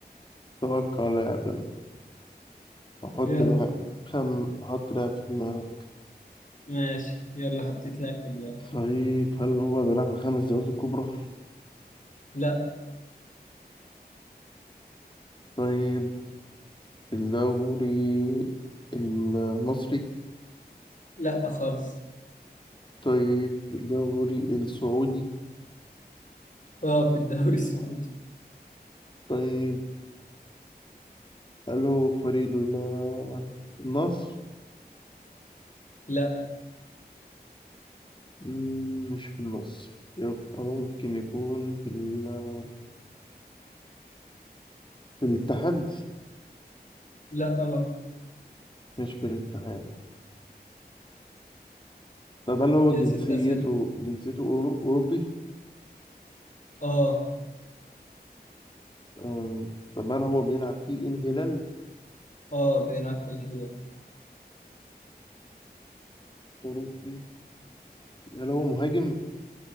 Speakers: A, on the left (about 30°); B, on the left (about 50°).
A: توقع لاعب يلا. احط
B: يلا
A: لاعب خم احط لاعب في دماغي
B: ماشي يلا حطيت لاعب في دماغي
A: طيب هل هو بيلعب في الخمس دوريات الكبرى
B: لا
A: طيب الدوري المصري
B: لا خالص
A: طيب الدوري السعودي
B: اه في الدوري السعودي
A: طيب هل هو فريق ال- النصر؟
B: لا
A: مم، مش في النصر يبقى ممكن يكون في, ال... في الاتحاد
B: لا أمر
A: مش في الاتحاد طب هل هو
B: كده
A: جنسيته
B: ست أسئلة
A: جنسيته أورو- أوروبي؟
B: اه
A: آه. طب هل هو بيلعب في الهلال
B: اه بيلعب في الهلال
A: الأوروبي؟ هل هو مهاجم؟